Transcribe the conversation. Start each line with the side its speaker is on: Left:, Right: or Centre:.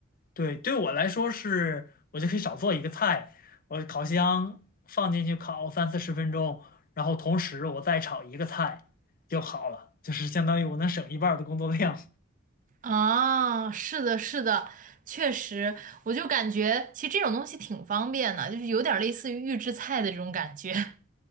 Left: 对，对我来说是，我就可以少做一个菜，我烤箱放进去烤三四十分钟，然后同时我再炒一个菜就好了，就是相当于我能省一半儿的工作量。
Right: 啊，是的，是的，确实，我就感觉其实这种东西挺方便的，就是有点儿类似于预制菜的这种感觉。<laughs>